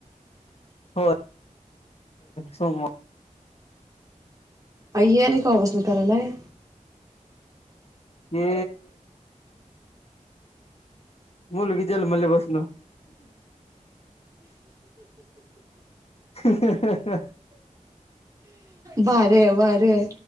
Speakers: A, on the left (about 50°); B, on the right (about 25°).
A: हो सोमवार
B: आये हे आणि कावा पसून करालाय
A: ते मुलगी जलमले पसन ह
B: भारी आय भारी आय